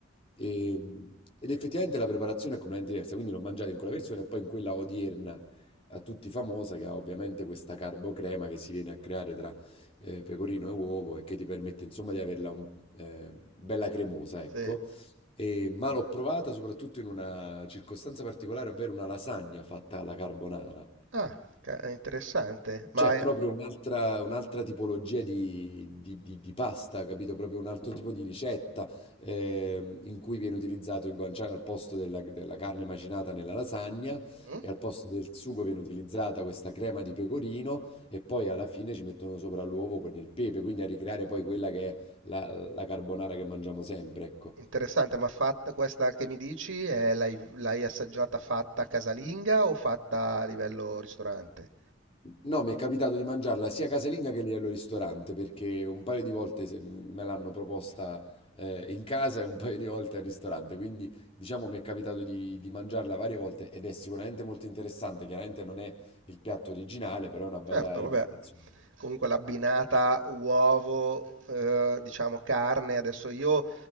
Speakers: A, on the left; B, on the right.
A: E- ed effettivamente la preparazione è completamente diversa, quindi l'ho mangiata in quella versione e poi in quella odierna a tutti famosa che ha ovviamente questa carbocrema che si viene a creare tra eh, pecorino e uovo e che ti permette insomma di averla un- eh, bella cremosa, ecco.
B: sì.
A: E- ma l'ho provata soprattutto in una circostanza particolare, ovvero una lasagna fatta alla carbonara.
B: Ah, ca- è interessante. Ma
A: C'è proprio
B: è-
A: un'altra un'altra tipologia di, di- di- di pasta, capito? Proprio un altro tipo di ricetta ehm, in cui viene utilizzato il guanciale al posto della, della carne macinata nella lasagna
B: mm?
A: e al posto del sugo viene utilizzata questa crema di pecorino e poi alla fine ci mettono sopra l'uovo con il pepe, quindi a ricreare poi quella che è la, la carbonara che mangiamo sempre, ecco.
B: Interessante, ma fatta questa che mi dici, eh, l'hai l'hai assaggiata fatta casalinga o fatta a livello ristorante?
A: No, mi è capitato di mangiarla sia casalinga che lì al ristorante, perché un paio di volte se- mm, me l'hanno proposta eh, in casa e un <laughs> paio di volte al ristorante, quindi diciamo mi è capitato di, di mangiarla varie volte ed è sicuramente molto interessante, chiaramente non è il piatto originale, però è una bella
B: Certo,
A: rivisitazione.
B: vabbè. Comunque l'abbinata uovo, eh, diciamo carne, adesso io